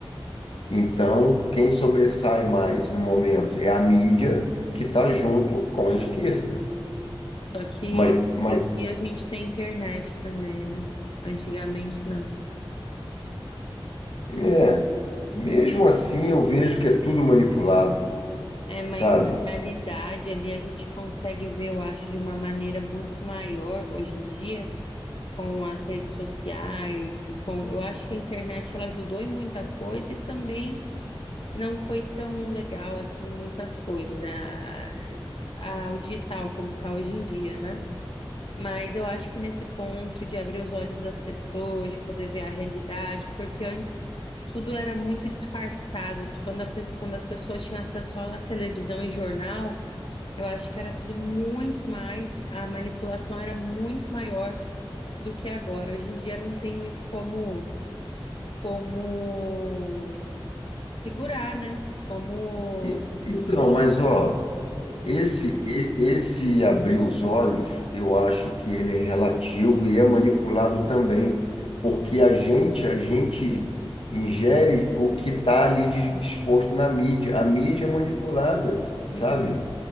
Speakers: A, on the left; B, on the left.
A: Então, quem sobressai mais no momento é a mídia que está junto com a esquerda.
B: Só que
A: Mas, mas
B: hoje em dia a gente tem internet também, né? Antigamente não.
A: é, mesmo assim eu vejo que é tudo manipulado,
B: É, mas
A: sabe?
B: na realidade ali a gente consegue ver, eu acho, de uma maneira muito maior hoje em dia, com as redes sociais, com, eu acho que a internet ela ajudou em muita coisa e também não foi tão legal assim muitas coisas, a, a- o digital como tá hoje em dia, né? Mas eu acho que nesse ponto de abrir os olhos das pessoas, de poder ver a realidade, porque antes tudo era muito disfarçado. tu- Quando, a pe- quando as pessoas tinham acesso só à televisão e jornal, eu acho que era tudo muito mais, a manipulação era muito maior do que agora. Hoje em dia não tem muito como, como segurar, né? Como.
A: E- Então, mas ó. Esse, e- esse abrir os olhos, eu acho que ele é relativo e é manipulado também, porque a gente, a gente ingere o que está ali dis- disposto na mídia. A mídia é manipulada, sabe?
B: Uhum.